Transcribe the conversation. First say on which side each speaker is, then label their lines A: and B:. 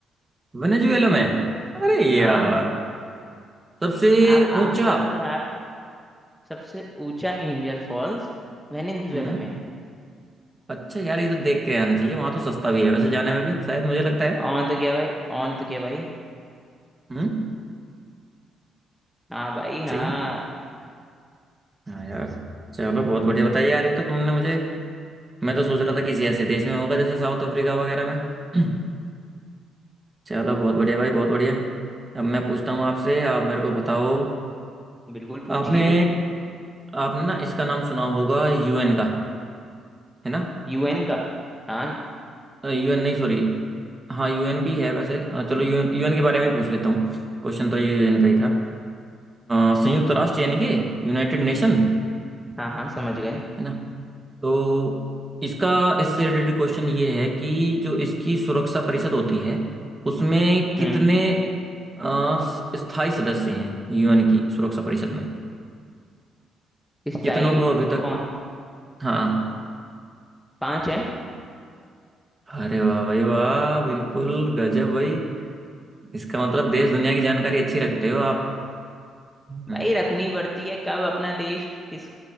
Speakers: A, on the right (about 20°); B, in the centre.
A: वेनेजुएला में अरे
B: हाँ
A: यार सबसे
B: आप
A: ऊंचा
B: आसपास का सबसे ऊंचा एंजल फॉल्स वेनिनजुएला
A: हम्म
B: में है
A: अच्छा यार ये तो देख के आना चाहिए वहां तो सस्ता भी है वैसे जाने में भी शायद मुझे लगता है
B: ऑन तो क्या भाई ऑन तो क्या भाई
A: हम्म
B: हाँ भाई हाँ
A: सही है ना हाँ यार चलो बहुत बढ़िया बताइए यार ये तो तुमने मुझे मैं तो सोच रहा था किसी ऐसे देश में होगा जैसे साउथ अफ्रीका वगैरह में <clears throat> चलो बहुत बढ़िया भाई बहुत बढ़िया अब मैं पूछता हूँ आपसे आप मेरे को बताओ
B: बिल्कुल पूछिए
A: आपने आपने ना इसका नाम सुना होगा यूएन का है ना
B: यूएन का हाँ
A: यूएन नहीं सॉरी हाँ यूएन भी है वैसे अ, चलो यूएन यूएन के बारे में पूछ लेता हूँ क्वेश्चन तो ये यूएन का ही था अ, संयुक्त राष्ट्र यानी कि यूनाइटेड नेशन
B: हाँ हाँ समझ गए
A: है ना तो इसका इससे रिलेटेड क्वेश्चन ये है कि जो इसकी सुरक्षा परिषद होती है उसमें कितने
B: हम्म
A: अ, स- स्थायी सदस्य हैं यूएन की सुरक्षा परिषद में
B: इस
A: कितनों
B: टाइम
A: को अभी तक
B: कौन
A: हाँ
B: पांच है
A: अरे वाह भाई वाह बिल्कुल गजब भाई इसका मतलब देश दुनिया की जानकारी अच्छी रखते हो आप हम्म
B: भाई रखनी पड़ती है कब अपना देश किस